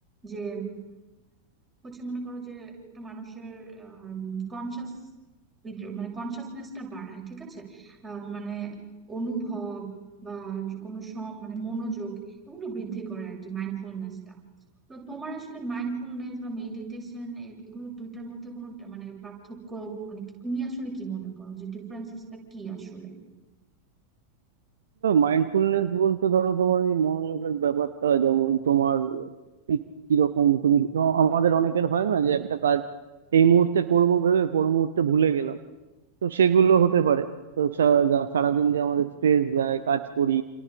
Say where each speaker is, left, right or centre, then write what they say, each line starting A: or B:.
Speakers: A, on the right; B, on the right.
A: যে হচ্ছে মনে করো যে একটা মানুষের কনসাস মানে কনসাসনেসটা বাড়ায় ঠিক আছে আহ, মানে অনুভব বা যে কোনো স- মানে মনোযোগ এগুলো বৃদ্ধি করে আর কি মাইন্ডফুলনেসটা তো তোমার আসলে মাইন্ডফুলনেস বা মেডিটেশন এগুলো দুইটার মধ্যে কোনো মানে পার্থক্য মানে কি- তুমি আসলে কি মনে করো যে ডিফারেন্সেসটা কি আসলে
B: মাইন্ডফুলনেস বলতে ধরো তোমার এই মনোযোগের ব্যাপারটা যেমন তোমার ঠিক কিরকম তুমি আমাদের অনেকের হয় না যে একটা কাজ এই মুহূর্তে করব ভেবে পর মুহূর্তে ভুলে গেলাম তো সেগুলো হতে পারে তো সা- যা- সারাদিন যে আমাদের স্ট্রেস যায় কাজ করি